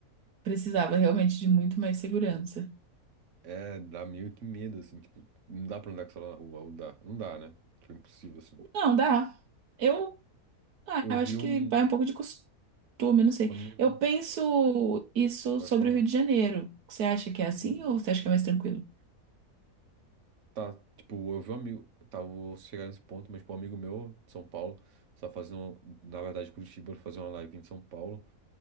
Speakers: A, on the right (about 75°); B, on the right (about 50°).
A: Precisava realmente de muito mais segurança.
B: É, dá meio que medo, assim, tipo, não dá pra andar com o celular na rua, ou dá, não dá, né? Tipo, impossível, assim.
A: Não, dá. Eu Ah,
B: Eu
A: eu
B: vi
A: acho
B: um
A: que vai um pouco de costume, não sei.
B: um amigo,
A: Eu penso isso
B: pode
A: sobre
B: falar.
A: o Rio de Janeiro. Você acha que é assim
B: Hum.
A: ou você acha que é mais tranquilo?
B: Tá, tipo, eu vi um amigo, tá, vou chegar nesse ponto, mas, tipo, um amigo meu, de São Paulo, tá fazendo, na verdade, Curitiba, fazer uma live em São Paulo,